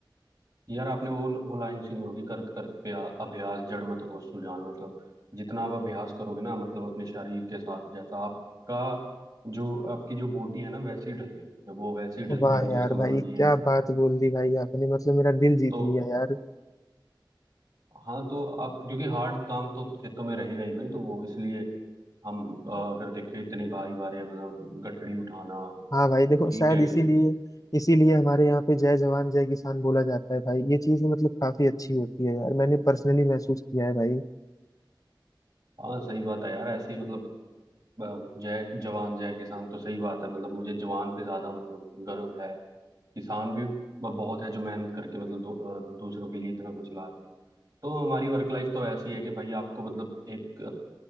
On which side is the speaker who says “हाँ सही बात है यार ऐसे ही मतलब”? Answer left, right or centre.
Right